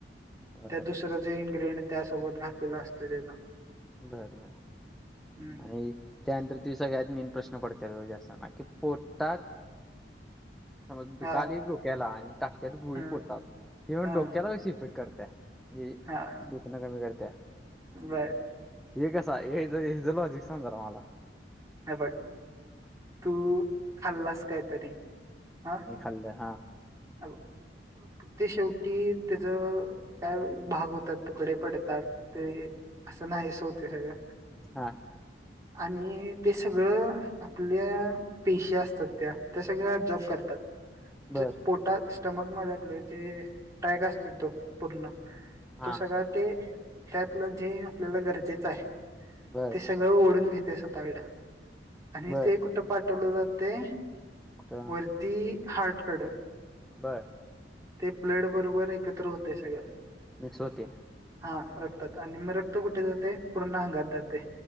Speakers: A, in the centre; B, on the right.
A: बर
B: त्या दुसरं जे इ्ग्रेडियंट त्यासोबत घातलेलं असतं त्याचा
A: बर बर
B: हम्म
A: आणि त्यानंतर तु सगळ्यात म प्रश्न पडतात असतना कि पोटतात. समज दुखलय
B: हा
A: डोक्याला आणि टाकत्यात गुळी
B: हा
A: फोडतात. की मग
B: हा
A: डोक्यात कैशीिफिट करते म्हे
B: हा
A: दुखनं कमी करते.
B: बर.
A: हे कसा हे ज लोजिक सांग जरा मला
B: हे बग तू खाल्लास कायतरी हा
A: मी खाल्लं हा
B: हब ते शेवटी ज काय भाग होतात तुकडे पडतात ते असं नाहीसं होतय सगळं
A: हा
B: आणि ते सगळं आपल्या पेशी असतात त्या त्या सगळ्या अब्झॉब करतात
A: बर
B: च पोटा स टमक मदे आपल जे ट्रॅग असतोय तो पूर्ण
A: हा
B: तो सगळा ते त्यातलं जे आपल्याला गरजेचाय
A: बर
B: ते सगळं ओडुन घेतय स्वताकड आणि
A: बर
B: ते कुट पाठवलं जातय
A: कुठं
B: वरती हार्टकड
A: बरं
B: ते प्बड बरोबर एकत्र होतय सगळ
A: मिक्स होते
B: हा रक्तात आणि म र क्त कुटे जात तय पूर्ण अंगात जातय